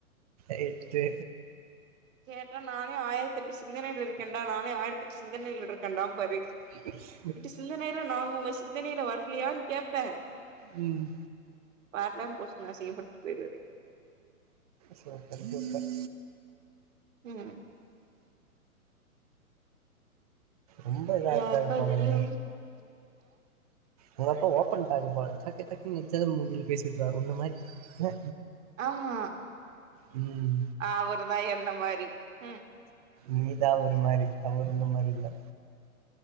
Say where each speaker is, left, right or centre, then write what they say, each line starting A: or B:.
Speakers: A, on the right; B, on the right.
A: ரைட்டு
B: கேட்டா நானே ஆயிரத்தெட்டு சிந்தனைல இருக்கன்டா நானே ஆயிரத்தெட்டு சிந்தனைல இருக்கன்டாம் பாரு
A: அ
B: சிந்தனையில நாங்க உங்க சிந்தனையில வரலயான் கேப்ப
A: ம்
B: வர்லன் பொசுக்குனு அசிங்க படுத்திட் போய்ருவாரு
A: சூப்பர் சூப்பர்
B: ம்
A: ரொம்ப இதா
B: யப்ப
A: இருக்காரு போலயே.
B: லியோ
A: உங்க அப்பா ஓப்பன் டாக் போல டக்கு டக்குன்னு நென்ச்சத மூஞ்சில பேசிட்றாரு உன்ன மாரி ல
B: ஆமா
A: ம்.
B: அவரு தா என்ன மாரி ம்
A: நீ தா அவரு மாரி அவரு உன்ன மாரி இல்ல